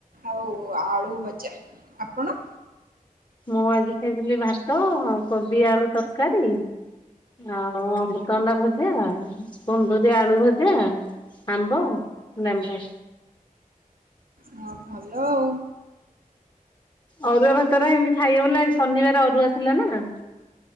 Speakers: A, on the right (about 75°); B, on the left (about 30°).
A: ଆଉ ଆଳୁ ଭଜା। ଆପଣ
B: ମୁଁ ଆଜି ଖାଇଥିଲି ଭାତ କୋବି ଆଳୁ ତରକାରୀ ଆଉ ଅମ ଅଣ୍ଡା ଭଜା, କୁନ୍ଦୁରି ଆଳୁ ଭଜା, ଆମ୍ବ, ଲେମ୍ବୁ
A: ହଁ ଭଲ ଆଉ
B: ଅରୁଆ ଭାତର ଏମିତି ଖାଇହବ ନାଇ ଶନିବାର ଅରୁଆ ଥିଲା ନା।